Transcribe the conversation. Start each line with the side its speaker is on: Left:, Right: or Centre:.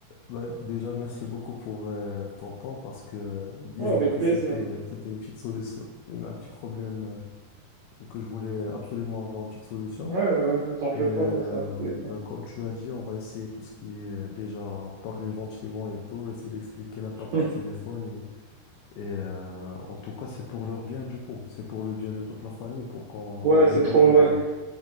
Left: bah, déjà, merci beaucoup pour euh, ton temps parce que euh, disons
Right: Ouais, avec
Left: que
Right: plaisir.
Left: c'était, euh, c'était une petite solution, un petit problème euh, que je voulais absolument avoir une petite solution.
Right: Ouais, ouais, ouais, ne t'en fais
Left: Et euh,
Right: pas pour ça, avec plaisir.
Left: bah, comme tu as dit, on va essayer tout ce qui est euh, déjà parler gentiment et tout, essayer d'expliquer l'impact
Right: <laughs>
Left: du téléphone. Et, et, euh, en tout cas, c'est pour leur bien du coup, c'est pour le bien de toute la famille, pour qu'on
Right: Ouais, c'est
Left: ait beaucoup
Right: trop vrai.
Left: de,